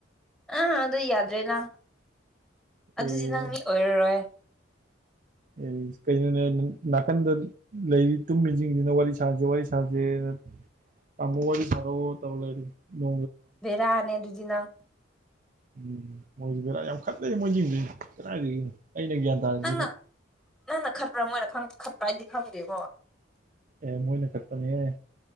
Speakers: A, in the centre; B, on the right.
A: ꯑꯥ ꯑꯗꯨ ꯌꯥꯗ꯭ꯔꯦ ꯅꯪ ꯑꯗꯨꯗꯤ
B: ꯑꯦ
A: ꯅꯪ ꯃꯤ ꯑꯣꯏꯔꯔꯣꯏ
B: ꯑꯦ ꯀꯩꯅꯩꯅꯣꯅꯦ ꯅꯥꯀꯟꯗ ꯂꯩꯔꯤ ꯇꯨꯝꯃꯤꯁꯤꯡꯁꯤꯅ ꯋꯥꯔꯤ ꯁꯥꯖꯦ ꯋꯥꯔꯤ ꯁꯥꯖꯦꯅ ꯇꯝꯕ ꯋꯥꯔꯤꯗꯤ ꯁꯔꯕ ꯑꯃ ꯇꯧꯂꯔ ꯅ
A: ꯕꯦꯔꯥꯅꯦ ꯑꯗꯨꯗꯤ ꯅꯪ
B: ꯎꯝ ꯃꯣꯏꯁꯨ ꯕꯦꯔꯥ ꯌꯥꯝ ꯈꯠꯂꯦ ꯃꯣꯏꯁꯤꯡꯁꯤ ꯀꯗꯥꯥꯏꯗ ꯑꯩꯅ ꯒ꯭ꯌꯥꯟ ꯇꯥꯔꯤꯁꯤꯒ
A: ꯅꯪꯅ ꯅꯪꯅ ꯈꯠꯄ꯭ꯔꯥ ꯃꯣꯏꯅ ꯈꯠꯄ꯭ꯔꯥ ꯍꯥꯏꯗꯤ ꯈꯪꯗꯦꯀꯣ
B: ꯑꯦ ꯃꯣꯏꯅ ꯀꯛꯄꯅꯦꯍꯦ